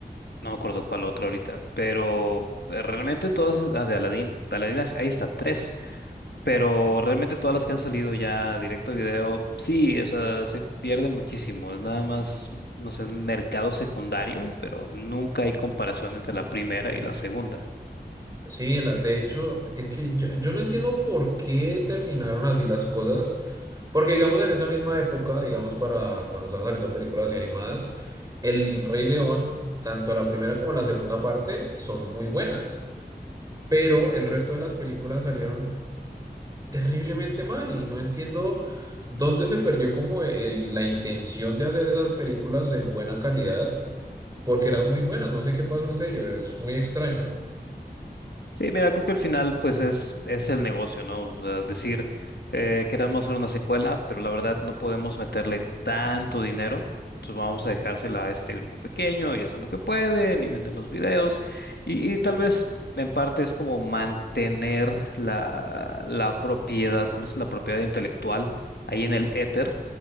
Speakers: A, on the left; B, on the right.
A: no me acuerdo cuál otro ahorita, pero eh, realmente todas, ah, de Aladdin, de Aladdin es- ahí está, tres, pero realmente todas las que han salido ya directo a video, sí, o sea, se pierde muchísimo, es nada más, no sé, un mercado secundario, pero nunca hay comparación entre la primera y la segunda.
B: Sí, la- de hecho, es que yo, yo no entiendo por qué terminaron así las cosas, porque digamos en esa misma época, digamos para cuando estaban saliendo películas y animadas, El Rey León, tanto la primera como la segunda parte son muy buenas, pero el resto de las películas salieron terriblemente mal y no entiendo dónde se perdió como el- la intención de hacer esas películas en buena calidad, porque eran muy buenas, no sé qué pasó en serio, es muy extraño.
A: Sí, mira, creo que al final pues es, es el negocio, ¿no? O sea, decir, eh, queremos hacer una secuela, pero la verdad no podemos meterle tanto dinero, entonces vamos a dejársela a este grupo pequeño y hacen lo que pueden y venden los videos y, y tal vez en parte es como mantener la, la propiedad, como le dicen, la propiedad intelectual ahí en el éter